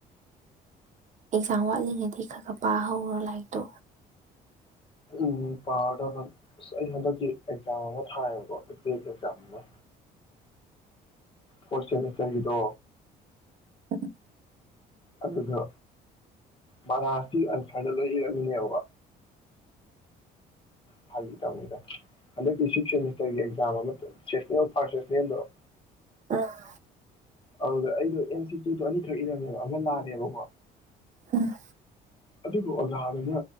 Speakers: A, on the right (about 45°); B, on the left (about 30°).
A: ꯑꯦꯛꯖꯥꯝ ꯋꯥꯠꯂꯤꯉꯩꯗꯤ ꯈ ꯈ ꯄꯥ ꯍꯧꯔꯣ ꯂꯥꯏꯔꯤꯛꯇꯣ
B: ꯎꯝ ꯄꯥꯗꯧꯅꯤ ꯑꯁ ꯑꯩ ꯍꯟꯗꯛꯀꯤ ꯑꯦꯛꯖꯥꯝ ꯑꯃ ꯊꯥꯏꯌꯦꯕꯀꯣ ꯑꯦꯒꯤ ꯑꯦꯛꯖꯥꯝ ꯑꯃ ꯐꯣꯔꯠ ꯁꯦꯃꯤꯁꯇꯔꯒꯤꯗꯣ
A: ꯎꯝ
B: ꯑꯗꯨꯗꯣ ꯃꯔꯔꯥꯁꯤ ꯑꯟꯁꯔꯗ ꯂꯣꯏ ꯏꯔꯝꯃꯤꯅꯦꯕ ꯐꯥꯒꯤ ꯇꯧꯅꯤꯗ ꯍꯟꯗꯛꯀꯤ ꯁꯤꯛꯁ ꯁꯦꯃꯤꯁꯇꯔꯒꯤ ꯑꯦꯛꯖꯥꯝ ꯑꯃ ꯁꯦꯁꯅꯦꯜ ꯐꯥꯔ ꯁꯦꯁꯅꯦꯜꯗꯣ
A: ꯑꯥ
B: ꯑꯗꯨꯗ ꯑꯩꯗꯣ ꯑꯦꯟ ꯁꯤ ꯇꯤꯗꯣ ꯑꯅꯤꯈꯛ ꯏꯔꯝꯃꯦꯕ ꯑꯃ ꯂꯥꯑꯂꯦꯕꯀꯣ
A: ꯎꯝ
B: ꯑꯗꯨꯒ ꯑꯣꯖꯥꯗꯨꯅ